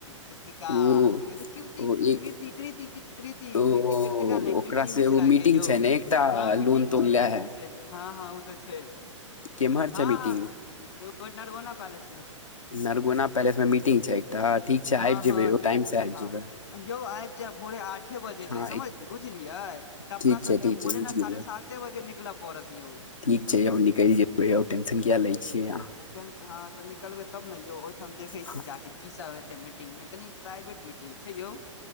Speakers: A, on the left; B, on the left.
A: कृतिका
B: ओ
A: ने त कृति
B: ओ
A: कृति
B: एक
A: कृति कृति कृति
B: ओ
A: कृति कृर्तिका नहि
B: ओकरा
A: कृति
B: से
A: मिश्रा
B: ओ मीटिंग
A: के यौ
B: छै ने एकटा
A: हँ मीटिंग
B: लोन तोन
A: छै
B: ले
A: मीटिंग
B: है
A: छै हँ हँ ओ त छै
B: केम्हर
A: हँ
B: छै मीटिंग
A: हँ नरगौना पैलेस मे
B: नरगोना पैलेस मे मीटिंग छै एकटा ठीक छै
A: हँ
B: आबि जेबै
A: हँ
B: टाइम से आब
A: हँ
B: जेबै
A: यौ आबि जायब भोरे आठ आठे बजे
B: हँ
A: छै समझल बुझलियै त अपना
B: ठीक छै
A: सबके
B: ठीक
A: भोरे
B: छै बुझि
A: ने
B: गेलियै
A: साढ़े साते बजे निकलय पड़त यौ
B: ठीक छै यौ निकलि जेबै आ टेंशन किया लै छियै अहाँ
A: टेनस् हं तऽ निकलबै तब ने यौ ओहिठाम देखे
B: अहाँ
A: छी जाके की सब हेत मीटिंग मे कनि प्राइवेट मीटिंग छै यौ